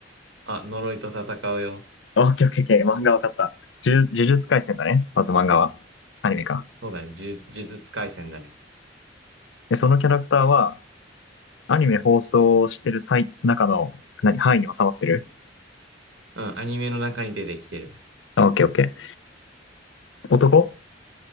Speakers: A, on the right; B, on the left.
A: あ、呪いと戦うよ。
B: あ、オッケーオッケーオッケー。漫画わかった。呪呪術廻戦だね。まず漫画は。アニメか。
A: そうだね。呪、呪術廻戦だね。
B: で、そのキャラクターは、アニメ放送してる最、中の、何、範囲に収まってる
A: うん、アニメの中に出てきてる。
B: あ、オッケーオッケー。男